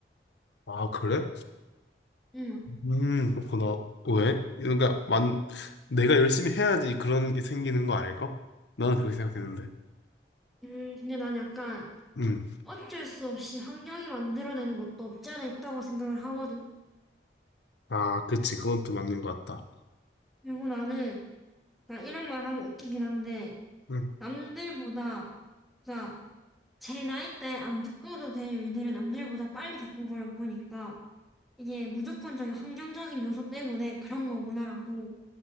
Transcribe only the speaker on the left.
아, 그래?
음, 그렇구나. 왜? 그러니까 만 내가 열심히 해야지 그런 게 생기는 거 아닐까? 나는 그렇게 생각했는데.
음.
아, 그치. 그건 또 맞는 것 같다.
음.